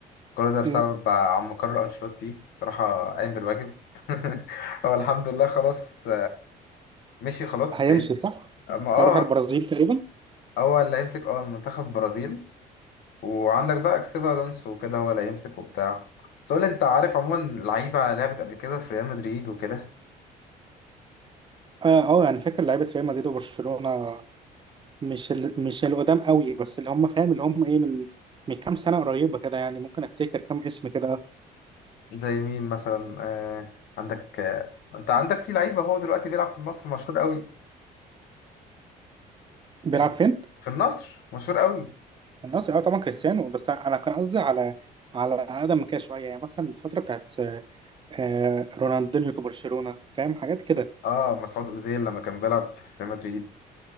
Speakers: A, on the left; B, on the right.
A: كل ده بسبب
B: مم.
A: عم كارلو أنشيلوتي بصراحة قايم بالواجب <laughs> هو الحمد لله خلاص مشي خلاص
B: هيمشي
A: هيمشي
B: صح؟
A: أما أه
B: هيروح البرازيل تقريبا
A: هو اللي هيمسك أه المنتخب البرازيل وعندك بقى اكسبي الونسو وكده هو اللي هيمسك وبتاع بس قول لي، انت عارف عموما لعيبه لعبت قبل كده في ريال مدريد وكده
B: اه اه يعني فاكر لعيبة ريال مدريد وبرشلونة مش ال... مش القدام قوي بس اللي هم فاهم اللي هم ايه من من كام سنة قريبة كده يعني ممكن افتكر كام اسم كده اه.
A: زي مين مثلا آه عندك آه انت عندك في لعيبه هو دلوقتي بيلعب في مصر مشهور قوي
B: بيلعب
A: كريس-
B: فين؟
A: في النصر مشهور قوي
B: الناس اه طبعا كريستيانو بس انا كان قصدي على على اقدم من كده شويه يعني مثلا الفتره بتاعت آه، رونالدينيو في برشلونه فاهم حاجات كده
A: اه مسعود اوزيل لما كان بيلعب في ريال مدريد